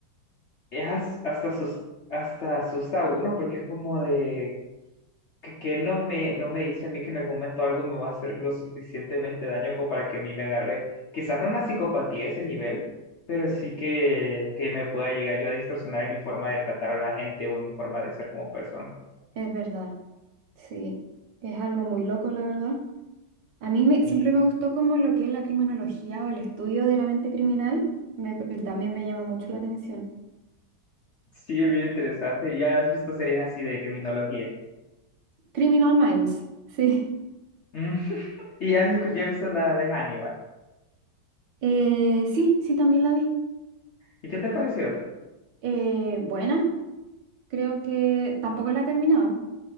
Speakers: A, on the left (about 60°); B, on the right (about 80°).
A: es as- hasta, sus, hasta asusta a uno, porque es como de, que, que no me, no me dice a mí que en algún momento algo me va a hacer lo suficientemente daño como para que a mí me agarre, quizás no una psicopatía a ese nivel, pero sí que, que me pueda llegar yo a distorsionar en mi forma de tratar a la gente o en mi forma de ser como persona.
B: es verdad, sí. Es algo muy loco, la verdad. A mí me, siempre
A: Sí.
B: me gustó como lo que es la criminología o el estudio de la mente criminal. Me- también me llama mucho la atención.
A: Sí, es bien interesante. ¿Ya has visto series así de criminología?
B: Criminal Minds, sí.
A: Mm. <laughs> ¿Y ya has, escu- ya has visto la de Hannibal?
B: Eh, sí, sí, también la vi.
A: ¿Y qué te pareció?
B: Eh, buena, creo que tampoco la he terminado.